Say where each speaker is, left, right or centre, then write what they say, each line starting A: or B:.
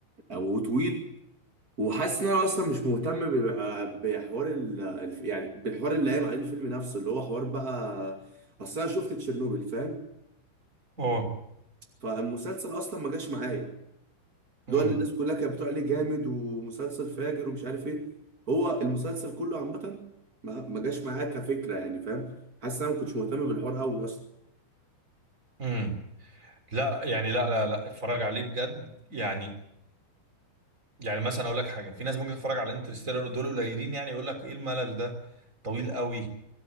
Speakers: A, on the right; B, on the right.
A: او طويل وحاسس ان انا اصلا مش مهتم ب- بحوار ال... الف- يعني بالحوار اللي قايم عليه الفيلم نفسه اللي هو حوار بقى اصل انا شفت تشيرنوبل فاهم
B: اه
A: فالمسلسل اصلا ما جاش معايا اللي
B: امم
A: هو اللي الناس كلها كانت بتقول عليه جامد ومسلسل فاجر ومش عارف ايه هو المسلسل كله عامه ما ما جاش معايا كفكره يعني فاهم حاسس ان انا ما كنتش مهتم بالحوار قوي اصلا
B: امم لا يعني لا لا لا اتفرج عليه بجد يعني يعني مثلا اقول لك حاجه في ناس ممكن تتفرج على انترستيلر دول قليلين يعني يقول لك ايه الملل ده طويل قوي